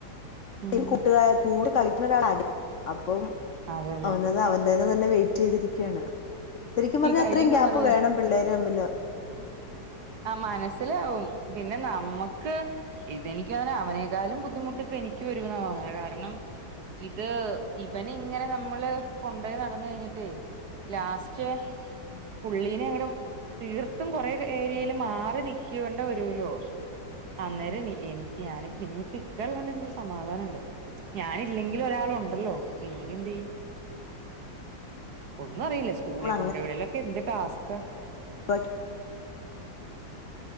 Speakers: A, on the right; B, on the left.
A: ഉം
B: പി <unintelligible> കുട്ടുക കൂടി കളിക്കുന്ന ഒരാളാക അപ്പം
A: അതെ അതെ
B: അവനത് അവ ന്തേതിനെ തന്നെ വെയിറ്റീ തിരികാണ് ശരിക്കും പറഞ്ഞാ
A: ഈ കഴിഞ്ഞ
B: അത്രേം
A: ദിവസം
B: ഗ്യാപ്പ്
A: പറയാ
B: വേണം പിള്ളേര് തമ്മില്.
A: അ മനസ്സിലാവും പിന്നെ നമ്മക്ക് ഇതെനിക്കങ്ങനെ അവനേക്കളും ബുദ്ധിമുട്ട് ഇപ്പൊ എനിക്ക് വരുന്ന തോന്ന്ണെ കാരണം ഇത് ഇവനിങ്ങനെ നമ്മള് കൊണ്ടയ് നടന്ന് കഴിഞ്ഞിട്ടേയ് ലാസ്റ്റ്
B: ം
A: പുള്ളീനെ ങ്ങടും തീർത്തും കൊറെേ ഏരിയെല് മാറി നിക്കൊണ്ട വരൂലോ. അന്നേരം എനിക്ക് ഞാന് പിന്നിപ്പൊ ഇക്കള്ളോണ്ട് നിക്കൊരു സമാധാനണ്ട്. ഞാനില്ലെങ്കിലൊരാളുണ്ടല്ലോ ഇല്ലെങ്കി എന്തിയ്യും. ഒന്നുറിയില്ല സ്കൂളി
B: നമ്മള്
A: കൊണ്ട് വിടലൊക്കെ എന്ത് ടസ്ക്ക.
B: പഠ്